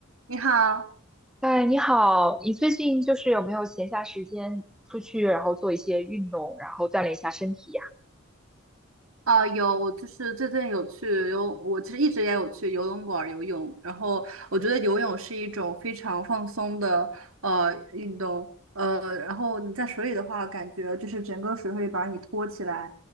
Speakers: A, on the right; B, in the centre.
A: 你好，
B: 哎，你好，你最近就是有没有闲暇时间出去，然后做一些运动，然后锻炼一下身体呀？
A: 啊，有，我就是最近有去游泳我其实一直也有去游泳馆儿游泳，然后我觉得游泳是一种非常放松的呃运动，呃，然后你在水里的话，感觉就是整个水会把你托起来，